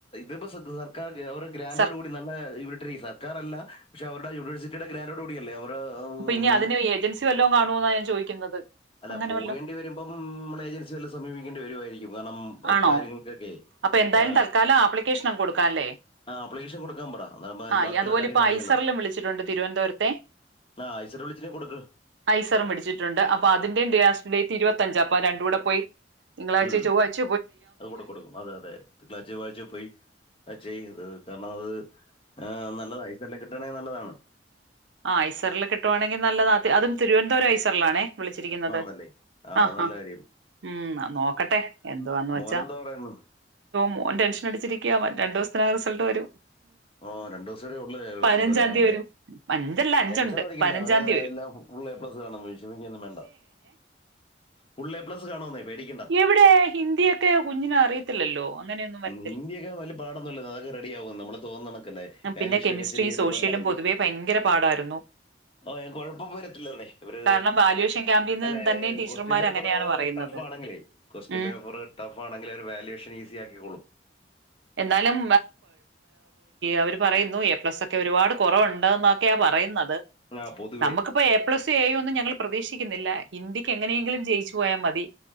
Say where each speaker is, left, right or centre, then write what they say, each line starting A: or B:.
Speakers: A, on the left; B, on the right.
A: ഇ, സർക്കാർ അവടെ ഗ്രാന്ൻറോട്
B: സർ
A: കൂടി നല്ല ഇവി സക്കർല്ല പക്ഷെ അവരുടെ യൂണിവേഴസിറ്റിയുടെ, ഗ്രന്ടോടുകൂ കൂടിയല്ലേ അവർ
B: അപ്പൊ,
A: പിന്നെ
B: ഇനി, അതിന്, ഏജൻസി, വല്ലവും, കാണുന്നാ, ഞാൻ, ചോദിക്കുന്നത്
A: അല്ല
B: അങ്ങനെ
A: പോകേണ്ടിവരുമ്പം
B: വല്ലോ
A: നമ്മടെ ഏജൻസി വല്ലോം സമീപിക്കേണ്ടി വരുമായിരിക്കും... കാരണം ആ
B: ആണോ
A: കാര്യങ്ങൾക്കൊക്കെ
B: അപ്പൊ എന്തായാലും,
A: ആ
B: തൽക്കാലം ആപ്ലിക്കേഷനൊക്കെ കൊടുക്കാല്ലേ..
A: അപ്ലിക്കേഷൻ കൊടുക്കാൻ പറ അതാകുമ്പോ
B: ആ
A: ബാക്കിയുള്ള
B: അതുപോലെ
A: കാര്യങ്ങൾ
B: ഇപ്പോ
A: അറിയാലോ
B: ഐസറിലും വിളിച്ചിട്ടുണ്ട് തിരുവനന്തപുരത്തെ..
A: ആ ഐസർ വിളിച്ചിനെ കൊടുക്ക്
B: ഐസറും വിളിച്ചിട്ടുണ്ട് അ അപ്പൊ അതിന്റെ ലാസ്റ്റ് ഡേറ്റ് ഇരുപത്തഞ്ച... അപ്പൊ രണ്ടൂടെ പോയി തിങ്കളാഴ്ചയൊ
A: ഉം
B: ചൊവ്വ
A: അത് കൂടെ കൊടുക്ക്.. അതെ അതെ തിങ്കളാച്യോ ചൊവ്വഴ്ച്ചയോ പോയി അത് ചെയ്.. ഇത് കാരണത് ആ.. ഏ.. നല്ലതാണ്.. ഐസല്ലാം, കിട്ടണെങ്കിൽ.. നല്ലതാണ്....
B: ആ.. ഐസറൽ കിട്ടുവാണെങ്കിൽ, നല്ലത.. അതും തിരുവനന്തപുരം ഐസർലാണേ.. വിളിച്ചിരിക്കുന്നത്..
A: ആ നല്ലേ
B: ആഹ്..
A: നല്ല
B: ആ
A: കാര്യം
B: ഉം.. നോക്കട്ടെ.. എന്തുവാന്നവെച്ചാ..
A: മോനെന്താ പറയുന്നു
B: മോൻ ടെൻഷൻ അടിച്ചിരിക്കയാ.. രണ്ടു ദിവസത്തിനകം റിസൾട്ട് വരും...
A: ഓ.. രണ്ടു ദിവസോടെ ഉള്ളല്ലേ റിസൾട്ട്‌
B: പതിനഞ്ചാം
A: വരാൻ...
B: തീയതി വരും അഞ്ചല്ല അഞ്ചുണ്ട്
A: ടെൻഷനടിക്കണ്ട..
B: പതിനഞ്ചാം
A: അവന്
B: തീയതി വരും
A: എല്ലാം ഫുൾ എ പ്ലസ് കാണും.. വിഷമിക്കോന്നും വേണ്ട.. ഫുൾ എ പ്ലസ് കാണുമെന്നേ പേടിക്കണ്ട
B: ഇവിടെ ഹിന്ദിയൊക്കെ കുഞ്ഞിന് അറിയത്തില്ലല്ലോ അങ്ങനെയൊന്നും വരത്തില്ല
A: ഹിന്ദിയൊക്കെ വലിയ പാടൊന്നുല്ല അതൊക്കെ റെഡിയവും.. നമ്മള് തോന്നുന്ന കണക്കല്ല പാറിഷിലൊക്കെ
B: പിന്നെ കെമിസ്ട്രി
A: ഇച്ചരി
B: സോഷ്യലും
A: ലിബറൽ ആയിരിക്കും..
B: പൊതുവേ ഭയങ്കര പാടായിരുന്നു
A: ഓ കൊഴപ്പം വരത്തില്ലന്നെ ഇവര്
B: കാരണം വാല്യുവേഷൻ ക്യാമ്പിൽ
A: അല്ല
B: നിന്ന് തന്നെയും ടീച്ചർമാർ
A: ക്വസ്റ്റ്യൻപേപ്പർ
B: അങ്ങനെയാണ് പറയുന്നത്
A: ടഫ് ഫാണെങ്കിലേ ക്വസ്റ്റ്യൻ
B: ഉം
A: പേപ്പർ ടഫ് ആണെങ്കിലെ.. അവര് വല്വേഷൻ, ഈസിയക്കിക്കൊളും..
B: എന്നാലും അവര് പറയുന്നു.. എ പ്ലസ്, ഒക്കെ ഒരുപാട് കുറവുണ്ടെന്നൊക്കെയാ പറയുന്നത്.
A: ആ പൊതുവേ
B: നമ്മക്കിപ്പോ എ പ്ലസ്.. എ ഒന്നും, ഞങ്ങള് പ്രതീക്ഷിക്കുന്നില്ല.. ഹിന്ദിക്ക് എങ്ങനെയെങ്കിലും ജയിച്ചു പോയാൽ മതി...